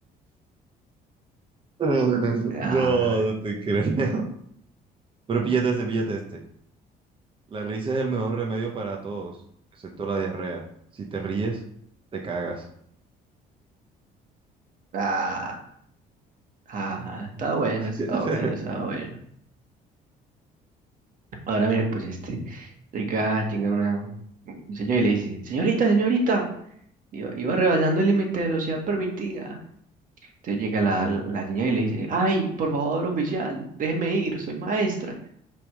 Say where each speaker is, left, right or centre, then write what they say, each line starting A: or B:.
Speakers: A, on the right (about 30°); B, on the right (about 50°).
A: No,
B: Ah,
A: no te creo. <laughs> Pero píllate este, píllate este. La risa es el mejor remedio para todos, excepto la diarrea. Si te ríes, te cagas.
B: ah, ah, está bueno, está
A: <laughs>
B: bueno, está bueno. Ahora mire, pues este, llega, llega una, un señor y le dice, señorita, señorita, iba, iba rebasando el límite de velocidad permitida. Entonces llega la, la señora y le dice, ay, por favor, oficial, déjeme ir, soy maestra.